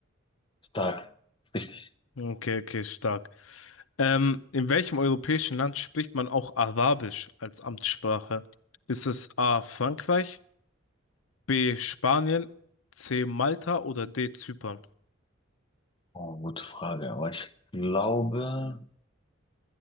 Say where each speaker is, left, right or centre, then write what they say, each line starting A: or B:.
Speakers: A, on the left; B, on the left.
A: Stark, ist richtig.
B: Okay, okay, stark. Ähm, in welchem europäischen Land spricht man auch Arabisch als Amtssprache? Ist es A. Frankreich? B. Spanien, C. Malta oder D. Zypern?
A: Oh, gute Frage, aber ich glaube,